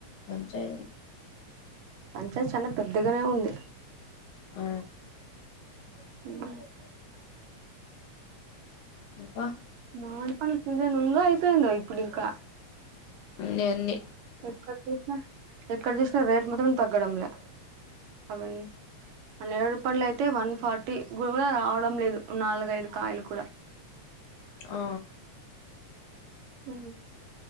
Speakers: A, on the left; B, on the right.
A: కొంచా
B: పంచాయత్ చాలా పెద్దగానే ఉంది
A: ఆ
B: హ
A: వాహ
B: మమిడి పల్ల సీజన్ ఉంద అయితయిందవ ఇ పుడుకా
A: అన్ని అన్ని
B: ఎక్కడ చూసినా ఎక్కడ చూసినా రేట్ మాత్రం తగ్గడంలే అవీన్నై రూపాయలు అయితే వన్ ఫార్టీ కూడా రావడం లేదు నాలుగైదు కాయలు కూడా
A: ఆ
B: హూ